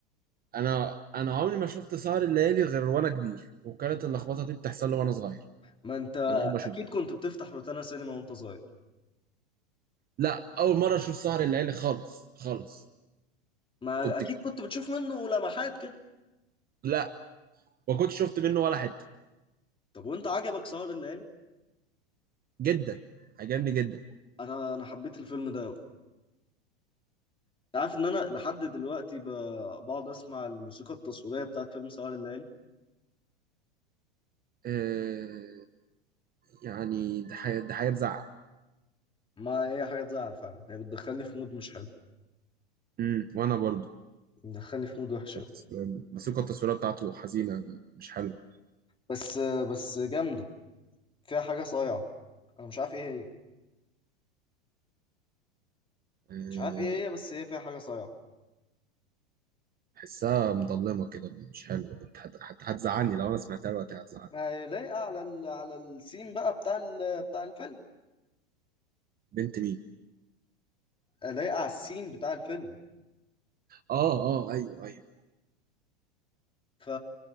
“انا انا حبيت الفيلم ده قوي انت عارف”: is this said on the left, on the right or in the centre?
Left